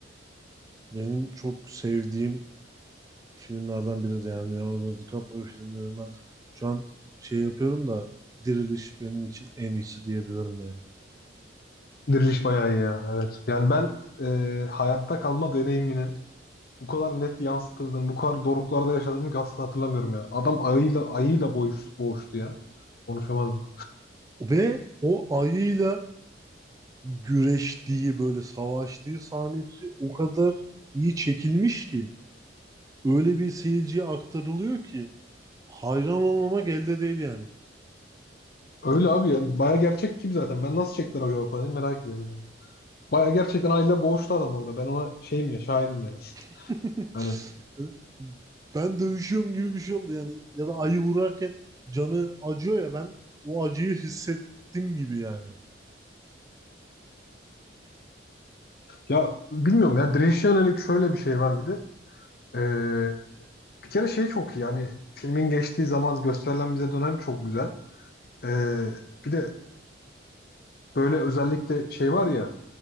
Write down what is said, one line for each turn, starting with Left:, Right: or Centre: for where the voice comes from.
Right: Benim çok sevdiğim filmlerden biri de yani Leonardo DiCaprio filmlerinden. Şu an şey yapıyorum da Diriliş benim için en iyisi diyebilirim yani.
Left: Diriliş bayağı iyi ya. Evet. Yani ben e, hayatta kalma deneyiminin bu kadar net yansıtıldığını, bu kadar doruklarda yaşadığını asla hatırlamıyorum ya. Adam ayıyla ayıyla boğuş, boğuştu ya. Konuşamadım.
Right: Ve o ayıyla güreştiği böyle savaştığı sahnesi o kadar iyi çekilmiş ki öyle bir seyirciye aktarılıyor ki hayran olmamak elde değil yani.
Left: Öyle abi yani bayağı gerçek gibi zaten. Ben nasıl çektiler acaba falan diye merak ediyorum. Baya gerçekten aile boğuştu adam orada. Ben ona şeyim ya şahidim yani.
Right: <laughs>
Left: Hani
Right: Ben dövüşüyorum gibi bir şey oldu yani ya da ayı vurarken canı acıyor ya ben o acıyı hissettim gibi yani.
Left: ya bilmiyorum ya direnişe yönelik şöyle bir şey var bir de. Ee, bir kere şey çok iyi yani filmin geçtiği zaman gösterilen bize dönem çok güzel. Ee, bir de böyle özellikle şey var ya